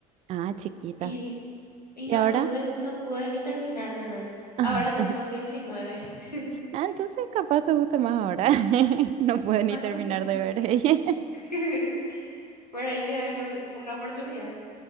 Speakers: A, on the right; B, on the left.
A: Ah, chiquita.
B: Y, n- y
A: ¿Y
B: no
A: ahora?
B: pude, no pude ni terminar de ver.
A: <laughs>
B: Ahora tengo 19. <laughs>
A: Ah, entonces capaz te guste más ahora. <laughs> No pude
B: Capaz
A: ni terminar
B: que sí.
A: de ver. ella. <laughs>
B: <laughs> Pero hay que darle un- una oportunidad.